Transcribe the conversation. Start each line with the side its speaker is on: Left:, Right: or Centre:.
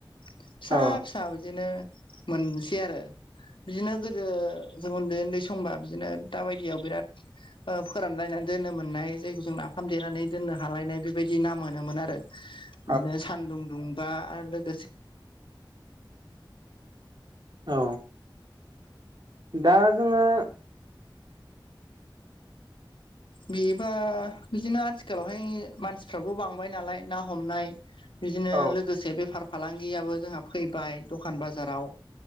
Left: फिसा
Right: औ
Left: फिसा बिदिनो मोनसै आरो बिदिनो गोदो जों उन्दै उन्दै समबा बिदिनो दााबायदियाव बिराद ओ फोरानलायनानै दोननो मोननाय जायग जों नाफाम देनानै दोननो हालायनाय बेबायदि नाम मोनोमोन आरो
Right: <inaudible>
Left: बिदिनो सानदुं दुंबा आरो लोगोसे
Right: औ दा जोङो
Left: बेबा बिदिनो आथिखालावहाय मानसिफ्राबो बांबाय नालाय ना हमनाय बिदिनो
Right: औ
Left: लोगोसे बेफार फालांगि जोंहा फैबाय दखान बाजाराव